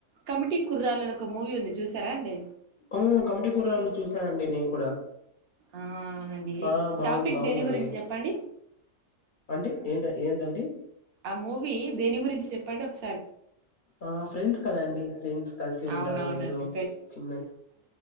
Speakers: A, on the right; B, on the left.
A: కమిటీ కుర్రాలు అని ఒక మూవీ ఉంది చూసారా అండి
B: హ్మ్. కమిటీ కూరలు చూసానండి నేను కూడా
A: ఆ అవునండి
B: ఆ బాగుంది
A: టాపిక్
B: బాగుందండి
A: దేని గురించి చెప్పండి
B: అంటే ఏంట ఏంటండి
A: ఆ మూవీ దేని గురించి చెప్పండి ఒక్
B: ఆ ఫ్రెండ్స్ కదాండి ఫ్రెండ్స్ కలిసి ఉంటారు
A: అవునవునండి
B: ఏదో చిన్న